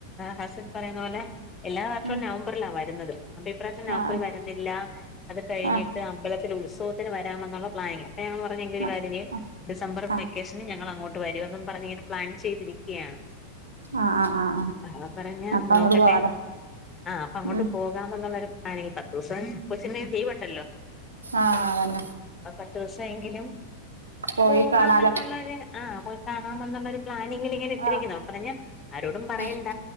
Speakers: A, on the left; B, on the right.
A: ഹസൻ പറയുന്ന പോലെ എല്ലാ വർഷവും
B: ഉം
A: നവംബ മ്പറിലാ വര്ന്നത് അപ്പ ഇപ്രാവിശ്യം നവംബറിൽ
B: ആഹ്
A: വരുന്ന് -ല്ല അത് കഴിഞ്ഞിട്ട്
B: ആഹ്
A: അമ്പലത്തില് ഉത്സവ ത്തിന് വരാമെന്നുള്ള പ്ലാനിംഗ അപ്പൊ ഞങ്ങൾ പറഞ്ഞ എങ്കിൽ ഒരു
B: ആഹ്
A: പ്പ ഞാൻ പറഞ് എങ്കിൽ ഒരുകാര്യം ചെയ്യ്
B: ആഹ്
A: ഡിസംബർ
B: ആഹ്
A: വെക്കേഷ്ന് ഞങ്ങൾ അങ്ങോട്ട് വരും എന്നും പറഞ് ഞാൻ ചെയ്തിരിക്കുകയാണ്
B: ആഹ് ആഹ് ആഹ് ആഹ്
A: ആ പറഞ്ഞ
B: അപ്പൊ അങ്ങോട്ട്
A: നോക്കട്ടെ
B: പോവാലോ
A: ആ് അപ്പൊ അങ്ങോട്ട്
B: ഉം
A: പോ പോകാമെന്നുള്ളൊരു പ്ലാനിംഗ് പത്തൂസം കൊച്ചിന് ലീവ് ഇണ്ടല്ലോ
B: ആഹ് വൽ
A: അ പത്ത് ദിവസായങ്കിലും
B: പോയി
A: പോകാന്നുള്ളൊരു
B: കാണാലോ
A: ആഹ് പോയി കാണാമെന്നുള്ളരു പ്ലാനിങ്ങിൽ ഇങ്ങനെ ഇട്ടിരിക്കുന്നു
B: ആഹ്
A: പറഞ്ഞ ആരോടും പറയണ്ട
B: ആഹ്